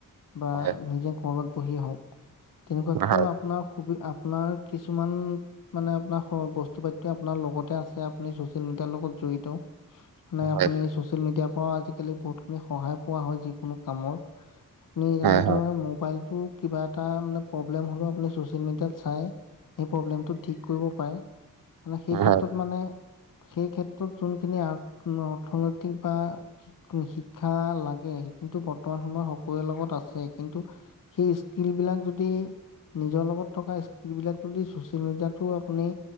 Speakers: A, on the left; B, on the right.
A: বা
B: হয়
A: নিজে কৰবাত পঢ়ি আহওক তেনেকুৱাক
B: হয়
A: আপোনাৰ সুবি আপোনাৰ কিছুমান মানে আপোনাৰ বস্তু পাতিটো আপোনাৰ লগতে আছে আপুনি ছচিয়েল মিডিয়াৰ লগত জড়িত। মানে
B: হয়
A: আপুনি ছচিয়েল মিডিয়াৰ পৰাও আজিকালি বহুতখিনি সহায় পোৱা হয় যিকোনো কামৰ আপুনি যেনেদৰে
B: হয়
A: মোবাইলটো কিবা এটা প্ৰব্লেম হলে চছিয়েল মিডিয়াত চাই সেই প্ৰব্লেম টো ঠিক কৰিব পাৰে। মানে
B: হয়
A: সেই ক্ষেত্ৰত মানে সেই ক্ষেত্ৰত যোনখিনি আ, অৰ্থনৈতিক বা শিক শিক্ষা লাগে, সেই কিন্তু বৰ্তমান সময়ত সকলোৰে লগত আছে কিন্তু সেই স্কিল বিলাক যদি নিজৰ লগত থকা স্কিল বিলাক ছচিয়েল মিডিয়াতটো আপুনি